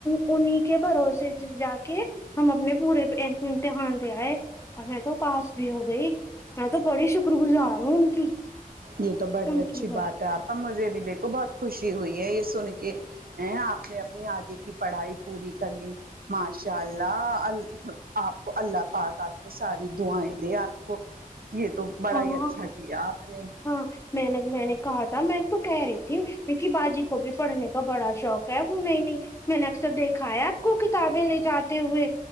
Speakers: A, on the left; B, on the right.
A: انہی کے بھروسے جا کے ہم اپنے پورے امتحان دے آئے ہمیں تو پاس بھی ہو گئی میں تو پڑی شکر گزار ہوں ان کی
B: یہ تو بڑی
A: ان
B: اچھی
A: کی بس
B: بات تو آپا مجھے بھی دیکھو بہت خوشی ہوئی ہے یہ سن کے ا آپ نے اپنی آگے کی پڑھائی پوری کر لی ماشاء اللہ ال آپ کو اللہ پاک آپ کو ساری دعائیں دے آپ کو یہ تو بڑا
A: ہاں
B: ہی اچھا کیا آپ نے
A: ہاں میں نے میں نے کہا تھا میں تو کہہ رہی تھی م کی باجی کو بھی پڑھنے کا بڑا شوق کہ وہ نہیں نہیں میں نے اکثر دیکھا ہے آپ کو کتابیں لے جاتے ہوئے